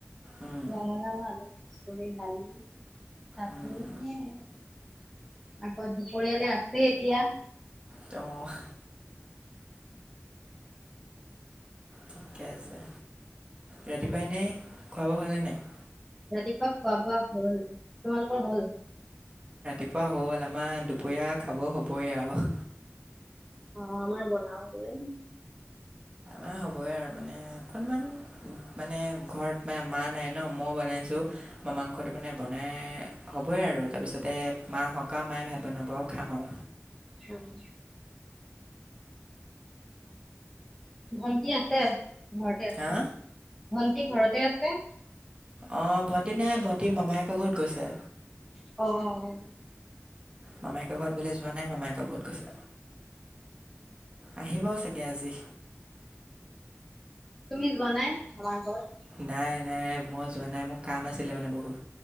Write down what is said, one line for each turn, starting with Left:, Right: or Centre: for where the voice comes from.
Right: উম,
Centre: ৰঙলাও, হালধি কৰি দালি তাপোৰ
Right: উম,
Centre: এ আকৌ দুপৰিয়ালে আছে এতিয়া।
Right: তেয় ঠিকে আছে। ৰাতিপুৱা এনে খুৱা হোৱা হ'লে নে নাই?
Centre: ৰাতিপুৱা খোৱা বোৱা হ'ল। তোমালোকৰ হ'ল?
Right: ইফা হ'ল আমাৰ দুপৰীয়া খাব হবই আৰ।
Centre: অ আমাৰ বনাওগৈ।
Right: আহ। হবই আৰু মানে অকনমান মানে ঘৰত মান মা নাই ন মই বনাইছো মই মাংসটো মানে বনাই হ'বই আৰু তাৰপিছতে মা আহক আৰু মায়ে ভাত বনাব আৰু খাম আও।
Centre: উম। ভণ্টি আছে ঘৰতে আছে
Right: হা
Centre: ভন্টি। সি ঘৰতে আছে।
Right: অ' ভণ্টি নাই ভণ্টি মামায়েকৰ ঘৰত গৈছে।
Centre: অ'।
Right: মামায়েক ঘৰত বোলে যোৱা নাই, মামায়েক ঘৰত গৈছে। আহিব চাগে আজি।
Centre: তুমি যোৱা নাই? আমাৰ ঘৰত?
Right: নাই নাই, মই যোৱা নাই মোৰ কাম আছিলে মানে বহুত।